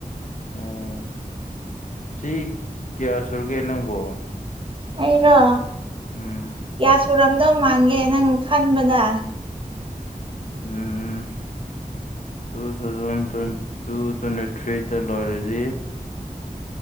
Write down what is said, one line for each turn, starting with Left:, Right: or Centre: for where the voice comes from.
Left: ꯑꯣ ꯆꯍꯤ ꯀꯌꯥ ꯁꯨꯔꯒꯦ ꯅꯪꯕꯣ
Right: ꯑꯩꯔꯣ
Left: ꯎꯝ
Right: ꯀꯌꯥ ꯁꯨꯔꯝꯗꯧ ꯃꯥꯟꯒꯦ ꯅꯪ ꯈꯟꯕꯗ
Left: ꯎꯝ ꯇꯨ ꯊꯥꯎꯖꯟ ꯇ꯭ꯋꯦꯟꯇꯨ ꯇ꯭ꯋꯦꯟꯇꯤ ꯊ꯭ꯔꯤꯗ ꯂꯣꯏꯔꯗꯤ